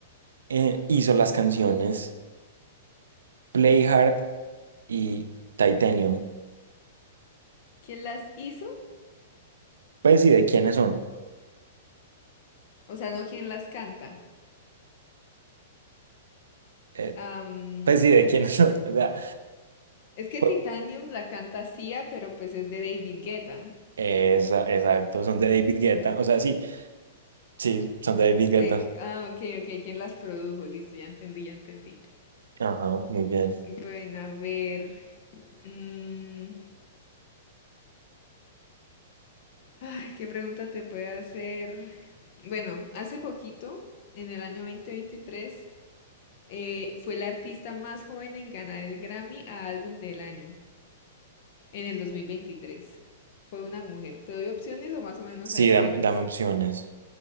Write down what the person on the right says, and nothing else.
eh, hizo las canciones Play Hard y Titanium?
Pues y de quiénes son.
Eh,
pues y de quiénes son. <laughs> O sea,
pu-
esa- exacto, son de David Guetta. O sea, sí, sí, son de David Guetta.
Ajá, muy
bien.
Sí,
dam-
dame, opciones.